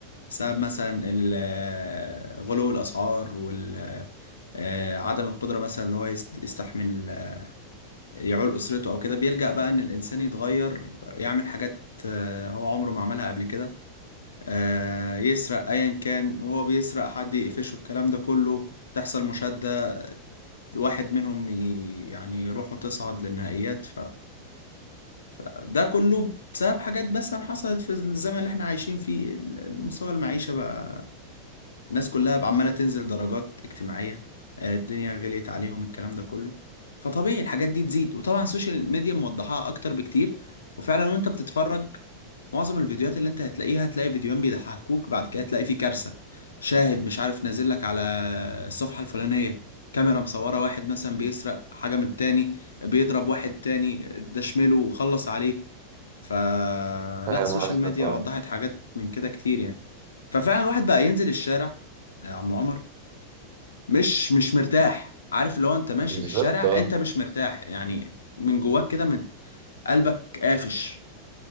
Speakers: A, on the left; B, on the right.
A: بسبب مثلا ال- آه، غلو الاسعار وال آه، عدم القدره مثلا اللي هو يست- يستحمل يعول اسرته او كده بيلجأ بقى ان الانسان يتغير يعمل حاجات آه، هو عمره ما عملها قبل كده آه، يسرق ايا كان وهو بيسرق حد يقفشه الكلام ده كله تحصل مشادة واحد منهم ي- يعني روحه تصعد للنهائيات ف... فده كله بسبب حاجات بس حصلت في الزمن اللي احنا عايشين فيه مستوى المعيشة بقى الناس كلها بقى عمالة تنزل درجات اجتماعية آه، الدنيا غليت عليهم الكلام ده كله فطبيعي الحاجات دي تزيد وطبعا السوشيال ميديا موضحاها اكتر بكتير وفعلا وانت بتتفرج معظم الفيديوهات اللي انت هتلاقيها هتلاقي فيديوهين بيضحكوك بعد كده هتلاقي فيه كارثة شاهد مش عارف نازل لك على الصفحة الفلانية كاميرا مصورة واحد مثلا بيسرق حاجة من التاني بيضرب واحد تاني ده شمله وخلص عليه فلا
B: فاهم
A: السوشيال
B: قصدك
A: ميديا
B: اه
A: وضحت حاجات من كده كتير يعني ففعلا الواحد بقى ينزل الشارع يا عم عمر مش مش مرتاح عارف اللي هو انت ماشي
B: بالظبط
A: في الشارع
B: اه
A: انت مش مرتاح يعني من جواك كده من قلبك قافش